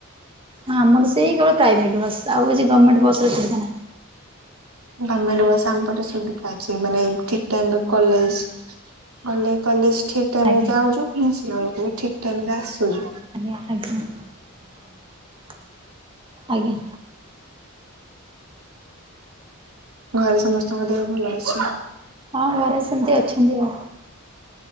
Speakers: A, on the right; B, on the right.
A: ହଁ, ଆମର ସେଇ କେବଳ ପ୍ରାଇଭେଟ୍ ବସ୍ ଆଉ କିଛି ଗମେଣ୍ଟ ବସର ସୁବିଧା ନାହିଁ।
B: ଗମେଣ୍ଟ ବସ ଆମ ପଟେ ସୁବିଧା ଅଛି ମାନେ ଠିକ ଟାଇମ ରେ କଲେଜ ଗଲେ କଲେଜ ଠିକ ଟାଇମରେ
A: ଆଜ୍ଞା
B: ଯାଉଛୁ ପୁଣି ଆସିଲାବେଳକୁ ଠିକ ଟାଇମରେ ଆସୁଛୁ।
A: ଆଜ୍ଞା ଆଜ୍ଞା <inaudible> ଆଜ୍ଞା।
B: ଘରେ ସମସ୍ତ ଙ୍କ ଦେହ ଭଲ ଅଛି।
A: ହଁ ଘରେ ସେମିତି ଅଛନ୍ତି ଆଉ।